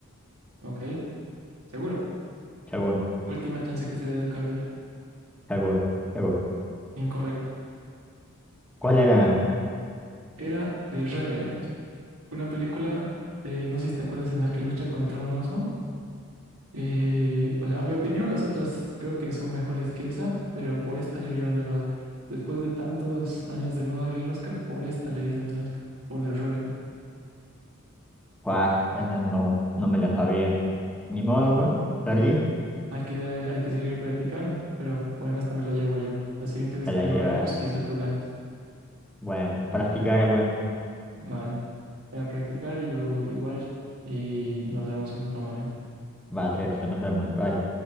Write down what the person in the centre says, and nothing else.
seguro,
seguro, seguro.
¿Cuál era?
Guau, esa no, no me la sabía. Ni modo, güey. Perdí,
te
la
llevas.
Bueno, practicar, güey.
Va a ser, nos vemos. Bye.